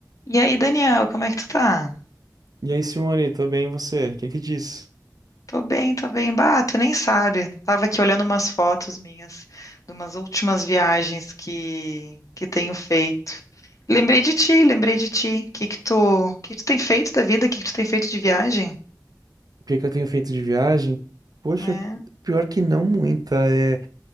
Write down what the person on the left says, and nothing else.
E aí, Daniel, como é que tu tá?
Tô bem, tô bem. Bah, tu nem sabe. Tava aqui olhando umas fotos minhas de umas últimas viagens que que tenho feito. Lembrei de ti, lembrei de ti. Que que tu, que tu tem feito da vida? O Que que tu tem feito de viagem?
É.